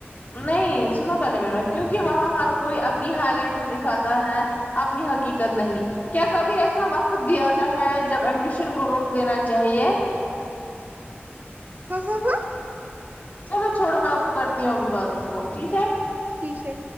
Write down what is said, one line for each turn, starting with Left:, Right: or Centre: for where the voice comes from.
Left: نہیں سنو پہلے میرے کیونکہ ہاں ہر کوئی اپنی ہائی لائٹ دکھاتا ہے اپنی حقیقت نہیں کیا کبھی ایسا وقت بھی آتا ہے جب ایمبیشن کو روک دینا چاہیے
Right: <unintelligible>
Left: چلو چھوڑو میں آپ کو کرتی ہوں ابھی بعد میں فون ٹھیک ہے
Right: ٹھیک ہے